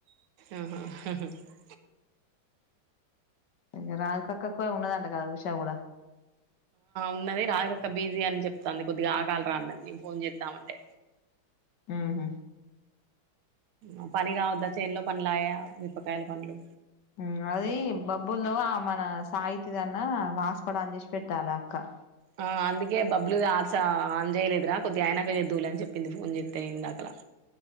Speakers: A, on the right; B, on the left.
A: ఆహా హ
B: ఇగ రాధికక్కకు ఉన్నదంట కదా ఉషా కూడా
A: ఉన్నడి రాగక్క బిజీ అని చెప్తుాంది కొద్దిగా ఆగాల్రా అన్నది ఫోన్ చెద్దామంటే
B: ఊహు
A: అ పని కావోద్దా చేన్లో పనులాయే మిరపకాయల పండ్లు
B: అ అది బబ్బుల్లో ఆ మన సాహితీదన్న వాస్పాట్ అన్ చేసి పెట్టాలే అక్క
A: ఆ అందుకే బబ్లుది ఆస్ స ఆన్ చేయలేదురా కొద్దిగా అయినాక చేదువులే అని చెప్పింది ఫోన్ చేతె ఇందాకలా